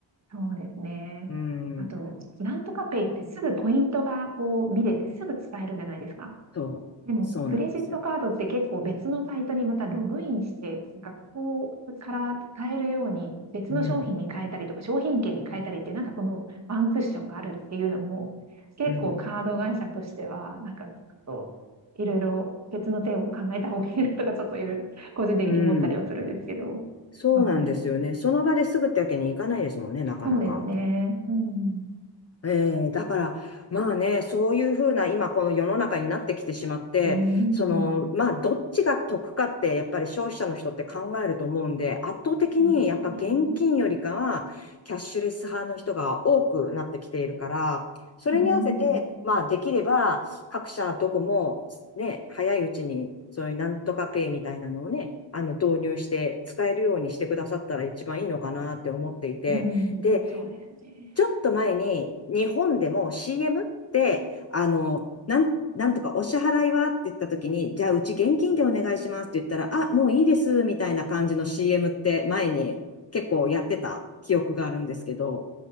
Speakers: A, on the right; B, on the left.
A: そうですね。
B: うーん、
A: あと、なんとかペイってすぐポイントがこう見れてすぐ使えるじゃないですか。
B: そう、
A: でも、
B: そうなんですよ。
A: クレジットカードって結構別のサイトにまたログインして、なんかここから使えるように別の商品に変えたりとか商品券に変えたりってなんかそのワンクッションがあるっていうのも結構カード会社としてはなんかちょっといろいろ別の手を考えた方がいいなとかちょっといろいろ個人的に思ったりはするんですけど。
B: うん、うん、うん。そうなんですよね。
A: はい。
B: その場ですぐってわけにいかないですもんね、なかなか。
A: そうですね。うん。
B: えー、だから、まあね、そういうふうな、今この世の中になってきてしまって、
A: うん。
B: その、まあ、どっちが得かって、やっぱり消費者の人って考えると思うんで、圧倒的にやっぱ現金よりかは、
A: そうですね。
B: キャッシュレス派の人が多くなってきているから、それに合わせて、
A: うん。
B: まあ、できれば、各社どこも、ね、早いうちに、そういうなんとかペイみたいなのをね、あの、導入して、使えるようにしてくださったら一番いいのかなって思っていて、
A: うん。
B: で、
A: そうですね。
B: ちょっと前に日本でも CM って、あの、なん、なんとかお支払いはって言った時に、じゃあうち現金でお願いしますって言ったら、あ、もういいですみたいな感じの CM って前に結構やってた記憶があるんですけど、